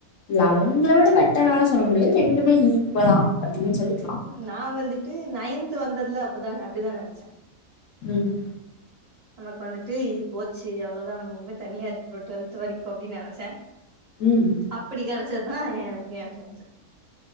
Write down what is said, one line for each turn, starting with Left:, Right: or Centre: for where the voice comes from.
Left: லவங்கள விட பெட்ரா சொல்ல முடியாது ரெண்டுமே ஈக்குவலா அப்படின்னு சொல்லி
Right: நான் வந்துட்டு நைன்த் வந்ததுல அப்பதான் அப்படிதான் நெனைச்சே
Left: ம்
Right: நமக்கு வந்துட்டு இப்போ சீ அவ்ளதான் நம இனிமே தனியா இருப்ப ட்வெல்த் வரைக் அப்டி நெனைச்சேன்
Left: ம்
Right: அப்டி கிடச் பச்சதான் எனக்கு ஏன் ப்ரென்ஸ்